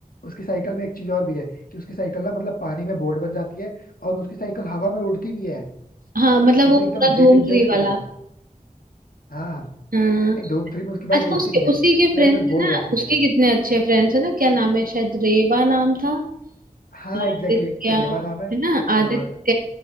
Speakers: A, on the left; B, on the right.
A: उसकी साइकिल में एक चीज और भी है कि उसकी साइकिल ना मतलब पानी में बोट बन जाती है और उसकी साइकिल हवा में उड़ती भी है
B: हाँ मतलब
A: वो
B: वो
A: भी
B: पूरा
A: एकदम
B: धूम
A: जेट इंजन
B: थ्री
A: की
B: वाला
A: तरह हाँ
B: हाँ
A: नहीं धूम थ्री में उसकी बाइक
B: अच्छा
A: उड़ती
B: उसके
A: नहीं है
B: उसी
A: उसकी
B: के फ्रेंड्स
A: बाइक बस बोट
B: है ना
A: बनती
B: उसके
A: है
B: कितने अच्छे फ्रेंड्स है ना क्या नाम है शायद रेवा नाम था
A: हाँ
B: आदित्य
A: एग्जैक्टली एक तो
B: है
A: रेवा नाम है
B: ना
A: और
B: आदित्य